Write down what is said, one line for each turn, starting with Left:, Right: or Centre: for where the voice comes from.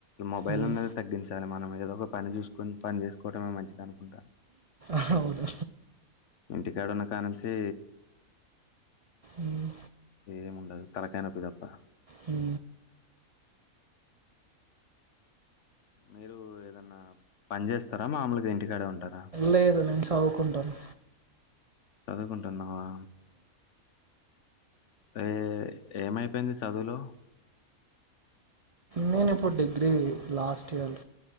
Left: మొబైల్
Right: ఉమ్,
Left: అనేది తగ్గించాలి మనమేదో ఒక పని చూసుకుని పని చేసుకోటమే మంచిది అనుకుంటా
Right: అవును
Left: ఇంటికాడున్న కానుంచి
Right: ఉమ్,
Left: ఏమి ఉండదు తలకానొప్పి తప్ప
Right: హు
Left: మీరు ఏదన్నా పని చేస్తారా మామూలుగా ఇంటికాడే ఉంటారా
Right: లేదు నేను చవుకుంటాను
Left: చదువుకుంటున్నావా ఏ ఏమైపోయింది చదువులో
Right: నేను ఇప్పుడు degree last year